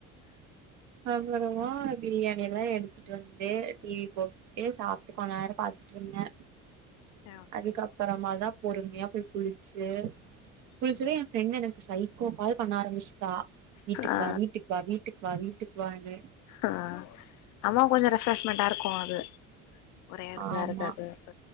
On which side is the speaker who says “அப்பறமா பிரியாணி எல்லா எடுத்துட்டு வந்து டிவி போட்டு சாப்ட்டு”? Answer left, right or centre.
Right